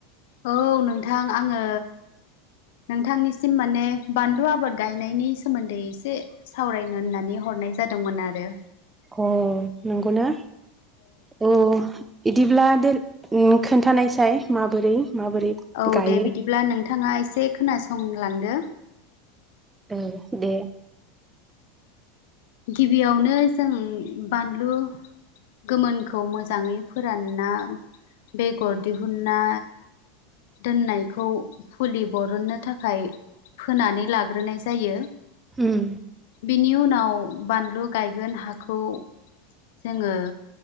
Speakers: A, on the left; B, on the right.
A: औ नोंथां आङो नोंथांनिसिम माने बानलु आबाद गायनायनि सोमोन्दै एसे सावरायनो होननानै ह हरनाय जादोंमोन आरो।
B: अ नंगौ ना औ बिदिब्ला द‌ खोन्थानायसाय माबोरै? माबोरै
A: औ
B: गायो
A: दे बिदिब्ला नोंथाङा एसे खोनासंलांदो
B: ए‌ दे।
A: गिबियावनो जों बानलु गोमोनखौ मोजाङै फोरानना बेगर दिहुनना दोननायखौ फुलि बरननो थाखाय फोनानै लाग्रोनाय जायो।
B: उम
A: बिनि उनाव बानलु गायगोन हाखौ जोङो